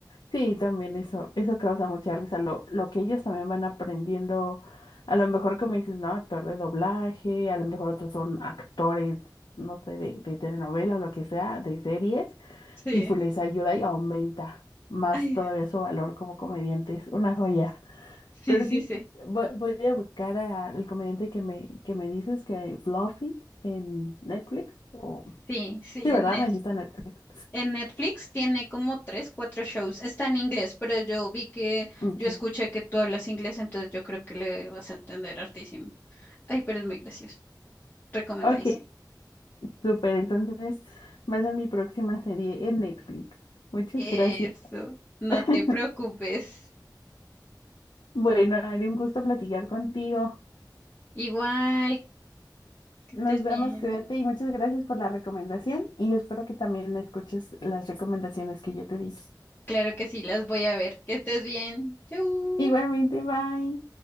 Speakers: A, on the left; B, on the left.
A: Sí, también eso, eso causa mucha risa, lo, lo que ellos también van aprendiendo, a lo mejor como dices, ¿no? Actor de doblaje, a lo mejor otros son actores, no sé, de, de telenovela o lo que sea, de series,
B: Sí.
A: y pues les ayuda y aumenta más
B: Ay,
A: todavía su valor como comediantes, una joya.
B: sí,
A: Pero
B: sí,
A: sí,
B: sí.
A: voy, voy a buscar al comediante que me, que me dices que Fluffy en Netflix, o...
B: Sí, sí,
A: Sí,
B: en,
A: ¿verdad?
B: Net-
A: Me dijiste en Netflix.
B: en Netflix tiene como tres, cuatro shows. Está en inglés, pero yo vi que,
A: Ok.
B: yo escuché que tú hablas inglés, entonces yo creo que le vas a entender hartísimo. Ay, pero es muy gracioso. Recomendadísimo.
A: Ok, Súper, entonces va a ser mi próxima serie en Netflix. Muchas
B: Eso,
A: gracias.
B: no
A: <laughs>
B: te preocupes.
A: Bueno, Ari, un gusto platicar contigo.
B: Igual, que
A: Nos
B: estés
A: vemos,
B: bien.
A: cuídate y muchas gracias por la recomendación y espero que también escuches las recomendaciones que yo te di.
B: Claro que sí, las voy a ver. Que estés bien. Chau.
A: Igualmente, bye.